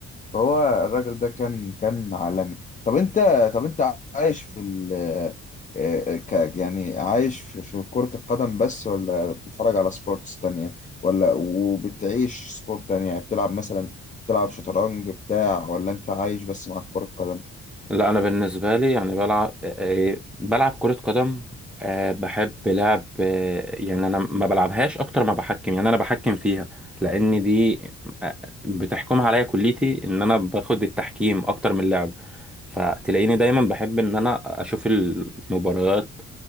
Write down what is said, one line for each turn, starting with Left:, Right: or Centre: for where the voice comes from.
Left: فهو الراجل ده كان كان عالمي طب انت طب انت عايش في ال آه، آه، ك يعني عايش في في كرة القدم بس ولا بتتفرج على سبورتس تانية ولا وبتعيش سبورت تانية يعني بتلعب مثلا بتلعب شطرنج بتاع ولا انت عايش بس مع كرة القدم
Centre: لا انا بالنسبة لي يعني بلعب آه، آه، بلعب كرة قدم آه، بحب لعب آه، يعني انا ما بلعبهاش اكتر ما بحكم يعني انا بحكم فيها لان دي آه، بتحكمها عليا كليتي ان انا باخد التحكيم اكتر من اللعب فتلاقيني دايما بحب ان انا اشوف المباريات